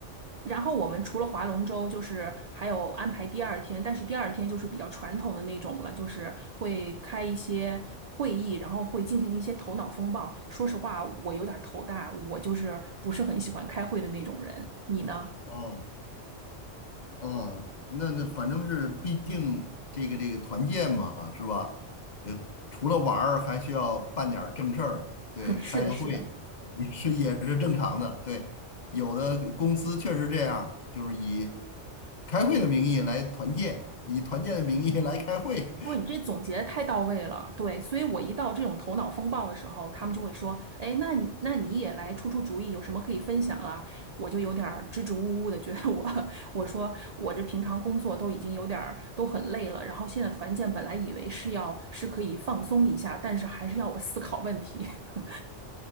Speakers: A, on the right (about 75°); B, on the left (about 45°).
A: 然后我们除了划龙舟，就是还有安排第二天，但是第二天就是比较传统的那种了，就是会开一些会议，然后会进行一些头脑风暴。说实话，我有点儿头大，我就是不是很喜欢开会的那种人。你呢？
B: 哦，嗯，那那反正是，毕竟这个这个团建嘛，是吧？也除了玩儿，还需要办点儿正事儿，对，
A: <laughs> 是的，
B: 开个会
A: 是的。
B: 也是也是正常的，对。有的公司确实这样，就是以开会的名义来团建，以团建的名义来开会，
A: 哇，你这总结得太到位了，对，所以我一到这种头脑风暴的时候，他们就会说，哎，那你那你也来出出主意，有什么可以分享啊？我就有点儿支支吾吾的，觉得我 <laughs> 我说我这平常工作都已经有点儿都很累了，然后现在团建本来以为是要是可以放松一下，但是还是要我思考问题。<laughs>